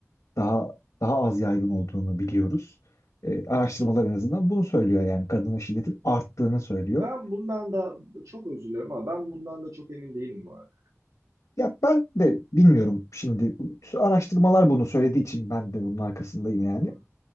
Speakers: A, on the left (about 80°); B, on the right (about 80°).
A: daha daha az yaygın olduğunu biliyoruz. Ee, araştırmalar en azından bunu söylüyor yani. Kadına şiddetin arttığını söylüyor.
B: Ben bundan da çok özür dilerim ama ben bundan da çok emin değilim bu arada.
A: Ya ben de bilmiyorum şimdi araştırmalar bunu söylediği için ben de bunun arkasındayım yani.
B: Hı hı,